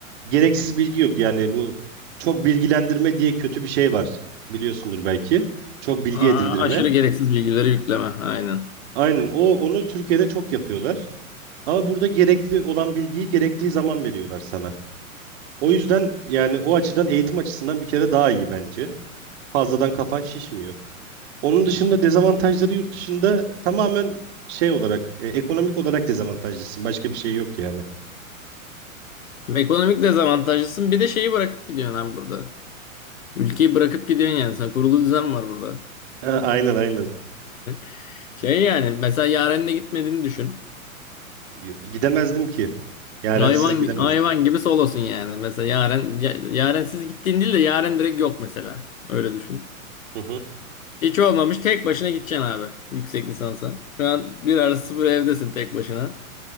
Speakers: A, on the right; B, on the left.
A: Gereksiz bilgi yok. Yani bu çok bilgilendirme diye kötü bir şey var. Biliyorsundur belki. Çok bilgi
B: Aa,
A: edindirme.
B: aşırı gereksiz bilgileri yükleme. Aynen.
A: Aynen o onu Türkiye'de çok yapıyorlar. Ama burada gerekli olan bilgiyi gerektiği zaman veriyorlar sana. O yüzden yani o açıdan eğitim açısından bir kere daha iyi bence. Fazladan kafan şişmiyor. Onun dışında dezavantajları yurt dışında tamamen şey olarak e, ekonomik olarak dezavantajlısın. Başka bir şey yok yani.
B: Ekonomik dezavantajlısın. Bir de şeyi bırakıp gidiyorsun abi burada. Ülkeyi bırakıp gidiyorsun yani. Sen kurulu düzen var burada.
A: Ha, aynen aynen.
B: <laughs> Şey yani mesela Yaren'le gitmediğini düşün.
A: Y- Gidemezdim ki. Yarensiz
B: Hayvan
A: gidemezdim.
B: hayvan gibi solosun yani. Mesela yaren ya- yaren siz gittiğin değil de yaren direkt yok mesela. Öyle düşün.
A: Hı hı.
B: Hiç olmamış tek başına gideceksin abi yüksek lisansa. Şu an bir arası sıfır evdesin tek başına.